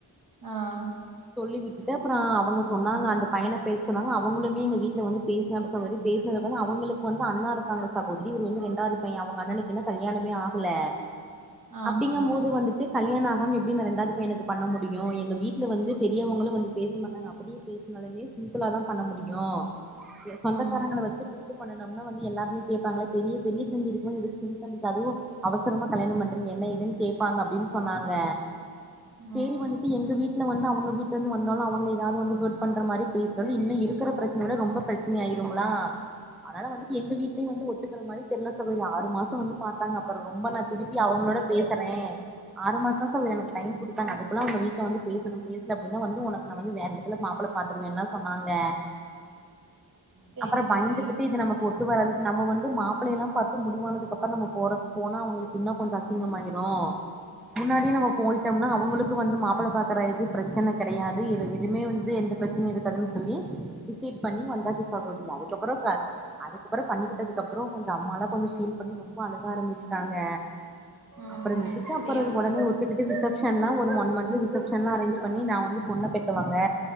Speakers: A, on the right; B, in the centre.
A: ஆ
B: சொல்லி விட்டுட்டு அப்றா அவங்க சொ சொன்னாங்க அந்த பயன பேச சொன்னாங்க அவங்களுமே எங்க வீட் ல வந்து பேசனாங்க சகோதரி பேசனதுல அவங்களுக்கு வந்து அண்ணா இருக்காங்க சகோதரி இவரு வந்து ரெண்டாவது பைய அவங்க அண்ணனுக்கு இன்னு கல்யாணமே ஆகல
A: ஆஹா
B: அப்டிங்க போது வந்துட்டு கல்யாண ஆகாம எப்டி நா ரெண்டாவது பையனுக்கு பண்ண முடியு எங்க வீட்ல வந்து பெரியவங்களு வந்து பேச மாட்டாங்க அப்படியே பேசினாலமே சிம்பிளா தா பண்ண முடியு சொந்தக்காரங்கள
A: ஆ
B: வச்சு கூப்டு பண்ணனும்னா வந்து எல்லாருமே கேப்பாங்களா பெரிய பெரிய தம்பி இருக்கும்போது சின்ன தம்பிக்கு அதுவு அவசரமா கல்யாண பண்றிங்க என்ன ஏதுன்னு கேக் ப்பாங்க அப்டின் சொன்னாங்க
A: ஆ
B: தேடி வந்துட்டு எங்க வீட் இன்னு வந்து அவங்க வீட்ல ருந்து வந்தாலு அவங்க ஏதாது வந்து ஹட் பன்ற மாரி பேசுறது இன்னு இருக்கற பிரச்ச ட ரொம்ப பிரச்சன ஆயிருங்களா அதனால வந்துட்டு எங்க வீட்லயு வந்து ஒத்துக்கிற மாரி தெர்ளா சகோதரி ஆறு மாசோ வந்து பாத்தாங்க அப்பறோ ரொம்ப நா திருப்பி அவங்களோட பேசறே ஆறு மாசோ தா எனக்கு டைம் கொடுத்தாங்க அது ப்பலா உங்க வீட்டுல வந்து பேசனும் பேசல அப்டின்னா வந்து உனக் நா வந்து வேறடத்துல மாப்பிள பாத்துருவேன்லா சொன்னாங்க
A: சேரி
B: அப்ரோ
A: சேரி
B: பயந்துகிட்டு இது நமக்கு ஒத்து வராது நம்ம வந்து மாப்லயெல்லாம் பாத்து முடிவானதுக்கப்பறம் நம்ம போற போனா அவங்களுக்கு இன்னு கொஞ்சோ அசிங்கமாயிரு முன்னாடியே நம்ம போயிட்டோம்னா அவங்க உனக்கு வந்து மாப்ள பாக் கரது பிரச்சன கடையாது இது எதுமே வந்து எந்த பிரச்சனயு இருக்காதுன்னு சொல்லி டிசிட் பண்ணி வந்தா <unintelligible> அதுக்கப்பறோ க அதுக்கப்ரோ பண்ணிக்கிட்டதுக்கப்றோ கொஞ்சொ அம்மால்லா கொஞ்சோ ஃபீல் பண்ணி ரோம்ப அழக ஆரம்பிச்சு தாங்க
A: ஆ
B: அப்பறமேட்டுக்கு
A: அப்படியா
B: அப்ரோ உடனே ஒத்துக்கிட்டு ரிசப்ஷன்லா ஒரு ஒன் மன்துகு ப்ஷன்லா அரேஞ் பண்ணி நா வந்து பொண்ண பேத்தவங் வே